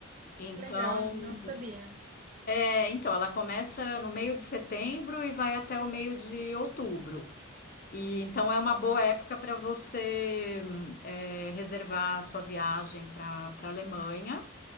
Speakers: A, on the left (about 45°); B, on the right (about 40°).
A: Então,
B: legal, não sabia.
A: é, então, ela começa no meio de setembro e vai até o meio de outubro. E então é uma boa época para você hum, eh, reservar a sua viagem para para Alemanha.